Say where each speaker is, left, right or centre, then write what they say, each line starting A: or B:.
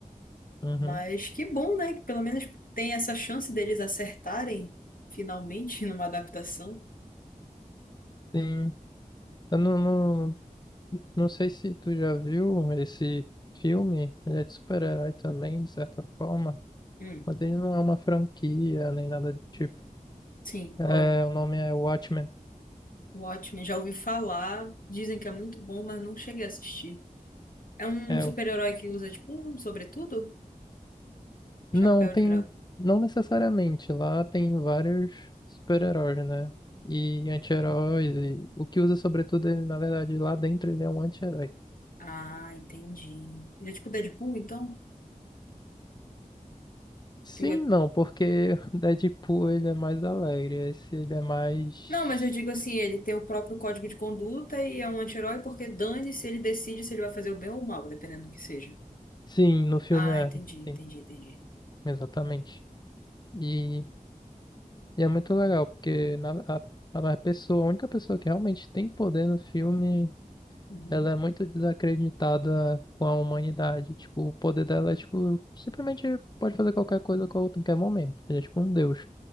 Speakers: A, on the left; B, on the left.
A: Uhum.
B: Mas que bom, né? Que pelo menos tem essa chance deles acertarem finalmente <laughs> numa adaptação.
A: Sim. Eu não, não, não sei se tu já viu esse filme. Ele é de super-herói também, de certa forma.
B: Hum,
A: Mas ele não é uma franquia, nem nada do tipo.
B: sim, qual
A: É,
B: é?
A: o nome é Watchmen.
B: O Watchmen, já ouvi falar, dizem que é muito bom, mas não cheguei a assistir. É um
A: É,
B: super-herói
A: o-
B: que usa, tipo, um sobretudo? Chapéu
A: não, tem.
B: de gra...
A: Não necessariamente. Lá tem vários super-heróis, né? E anti-heróis. E... O que usa, sobretudo, ele, na verdade, lá dentro ele é um anti-herói.
B: Ah, entendi. Ele é tipo Deadpool, então?
A: Sim,
B: Que o-
A: não, porque <laughs> Deadpool ele é mais alegre, esse ele é mais.
B: Não, mas eu digo assim, ele tem o próprio código de conduta e é um anti-herói porque dane-se, ele decide se ele vai fazer o bem ou o mal, dependendo do que seja.
A: Sim, no filme
B: Ah,
A: é,
B: entendi, entendi,
A: sim,
B: entendi.
A: exatamente. E, e é muito legal, porque na, a, a pessoa, a única pessoa que realmente tem poder no filme,
B: Uhum.
A: ela é muito desacreditada com a humanidade. Tipo, o poder dela é tipo, simplesmente pode fazer qualquer coisa a qualquer momento. Ele é tipo um deus.